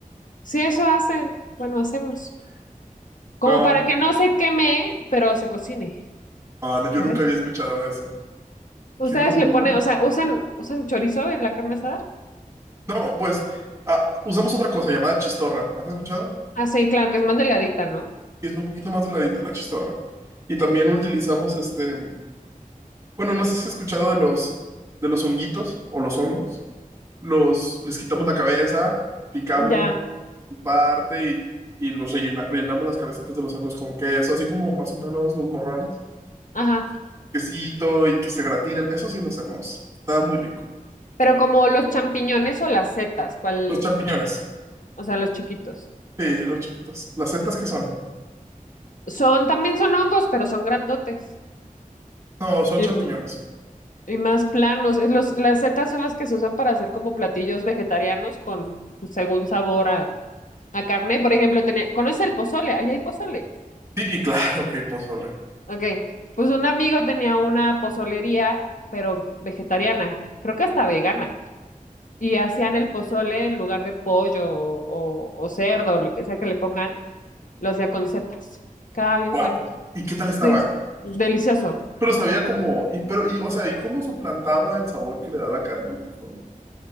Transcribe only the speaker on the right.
No,
Ah, no, yo
nunca había escuchado eso.
¡Qué loco!
No, pues ah, usamos otra cosa llamada chistorra. ¿Has escuchado?
Y es un poquito más delgadita la chistorra. Y también utilizamos este. Bueno, no sé si has escuchado de los, de los honguitos o los hongos. Los, les quitamos la cabeza, picamos
su parte y, y los rellena- rellenamos las cabecitas de los hongos con queso, así como más o menos los morrones.
Quesito y que se gratinen. Eso sí lo hacemos. Está muy rico.
Los champiñones.
Sí, los chiquitos. ¿Las setas qué son?
No, son
champiñones.
Sí, claro que pozole.
¡Wow!
¿Y qué tal estaba?
Pero sabía como, y pero, y, o sea, ¿y cómo suplantaba el sabor que le da la carne al pozole?